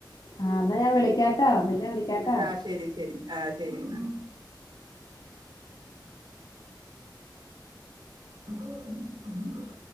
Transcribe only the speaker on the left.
ആഹ് എന്നാ ഞാൻ വിളിക്കാട്ടോ പിന്നെ വിളിക്കാട്ടാ